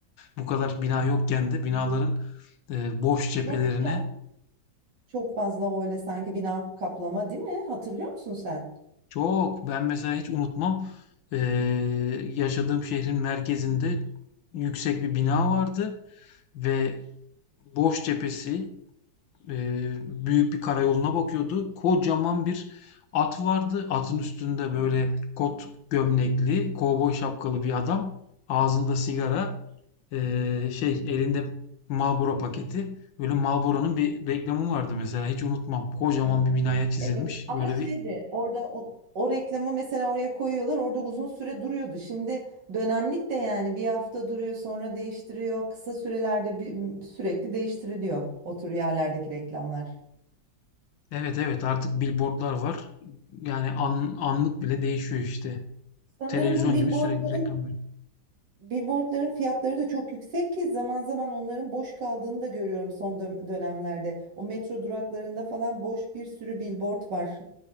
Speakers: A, on the left; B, on the right.
A: bu kadar bina yokken de binaların e, boş cephelerine
B: Yoktu ya. Çok fazla öyle sanki bina kaplama değil mi? Hatırlıyor musun sen?
A: çok ben mesela hiç unutmam e, yaşadığım şehrin merkezinde yüksek bir bina vardı. Ve Boş cephesi eee, büyük bir karayoluna bakıyordu. Kocaman bir at vardı. Atın üstünde böyle kot gömlekli, kovboy şapkalı bir adam. Ağzında sigara, eee, şey elinde Marlboro paketi. Böyle Marlboro'nun bir reklamı vardı mesela. Hiç unutmam. Kocaman bir binaya çizilmiş.
B: Evet ama
A: Böyle bir
B: şeydi orada o, o reklamı mesela oraya koyuyorlar orada uzun süre duruyordu. Şimdi dönemlik de yani bir hafta duruyor sonra değiştiriyor. Kısa sürelerde bir, sürekli değiştiriliyor o tür yerlerdeki reklamlar.
A: evet evet artık billboardlar var. Yani an- anlık bile değişiyor işte.
B: Sanırım
A: Televizyon
B: bu billboardların
A: gibi sürekli reklam veriyor.
B: billboardların fiyatları da çok yüksek ki zaman zaman onların boş kaldığını da görüyorum son dö- dönemlerde. O metro duraklarında falan boş bir sürü billboard var. <laughs>